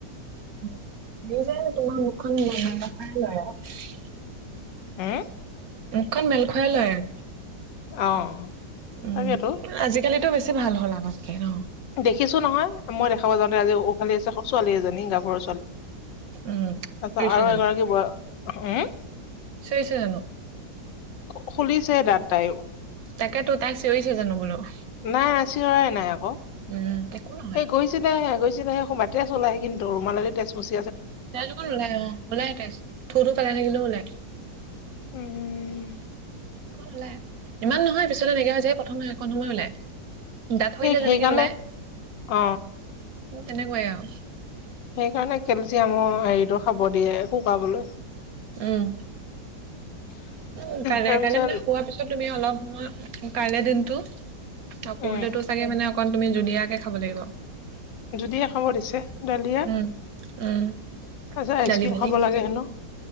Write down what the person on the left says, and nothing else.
হে
অ
তাকেতো
দেখিছো নহয় মই দেখাবা যাওঁতে আজি উফালি আছে ক ছোৱালী এজনী গাভৰুছোৱালী।
আচছা
আৰু এগৰাকী ব উম
খুলিছে দা তাইও-
নাই আচি ৱা ই নাই আকৌ
এই গৈছে নাই গৈছে। গৈছিলে হে মাতি আছো ওলাই দৰ <unintelligible>
উম উম
সেই
সেইকাৰণে
অ
সেইকাৰণে কেলচিয়ামৰ হেৰিটো খাব দিয়ে শুকাবলৈ
তাৰপিছত
উম
যদিহে খবৰ দিছে। ডালিয়া তাৰপিছত
আইচক্ৰীম
খাব লাগে হেনো।